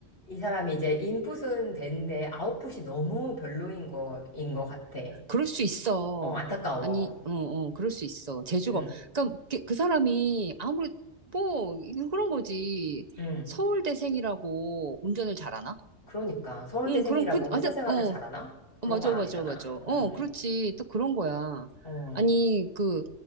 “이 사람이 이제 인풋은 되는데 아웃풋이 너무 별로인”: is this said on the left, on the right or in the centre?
Left